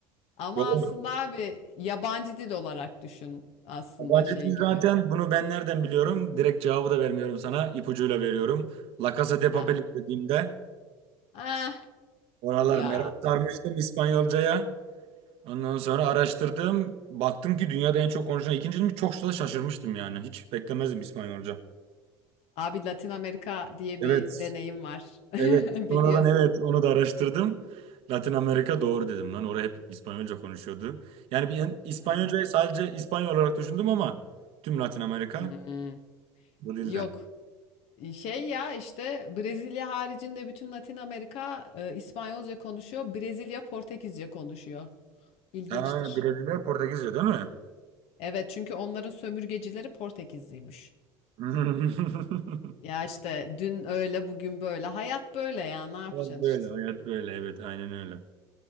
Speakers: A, on the left (about 60°); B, on the right (about 60°).
A: ama
B: Yok.
A: aslında abi yabancı dil olarak düşün aslında
B: Yabancı
A: şey
B: dil
A: gibi.
B: zaten bunu ben nereden biliyorum? Direkt cevabı da vermiyorum sana. İpucuyla veriyorum. La Casa de Papel
A: Heh.
B: izlediğimde
A: Ah
B: oralar
A: ya.
B: merak sarmıştım İspanyolcaya. Ondan sonra araştırdım. Baktım ki dünyada en çok konuşulan ikinciymiş. Çok da şaşırmıştım yani. Hiç beklemezdim İspanyolca.
A: Abi Latin Amerika diye
B: Evet.
A: bir deneyim var. <laughs>
B: Evet.
A: Biliyorsun.
B: Sonradan evet onu da araştırdım. Latin Amerika doğru dedim lan. Orada hep İspanyolca konuşuyordu. Yani bir İspanyolcayı
A: Aynen.
B: sadece İspanyol olarak düşündüm ama tüm Latin Amerika
A: Hmm.
B: bu dilden.
A: Yok. Şey ya işte Brezilya haricinde bütün Latin Amerika e, İspanyolca konuşuyor. Brezilya Portekizce konuşuyor. İlginçtir.
B: Ha, Brezilya Portekizce değil mi?
A: Evet çünkü onların sömürgecileri Portekizliymiş.
B: <laughs>
A: Ya işte dün öyle bugün böyle. Hayat böyle ya ne yapacaksın
B: Hayat böyle,
A: işte.
B: hayat böyle. Evet, aynen öyle.